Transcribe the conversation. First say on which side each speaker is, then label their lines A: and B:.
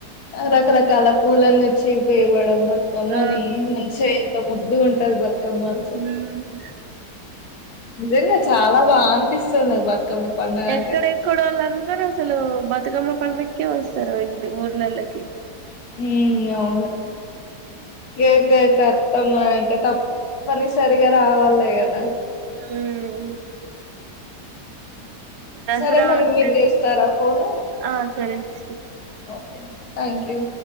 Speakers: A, on the left; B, on the right.
A: రకరకాల పూలన్న వచ్చి పేవడం బతుకమ్మని
B: ఆ
A: మన్షా ఎంత ముద్దుగు ఉంటది బతుకమ్మ అసల్
B: మ్మ్
A: నిజంగా చాలా బా అనిపిస్తుంది నాకు బతుకమ్మ పండగ
B: ఎక్కడెక్కడోళ్ళు
A: అంటే
B: అందరూ అసలు బతుకమ్మ పండకే వస్తారు ఇంటి ఊర్లల్లోకి
A: ఉమ్ అవును ఏక ఏక అత్తమా అంటే తప్పని సరిగా రావాల గదా
B: మ్మ్ దసరా
A: సరే మరి
B: అంటేనే
A: మీరు చేస్తారా ఫోన్
B: ఆ సరే సిస్టర్
A: ఓ థ్యాంక్ యూ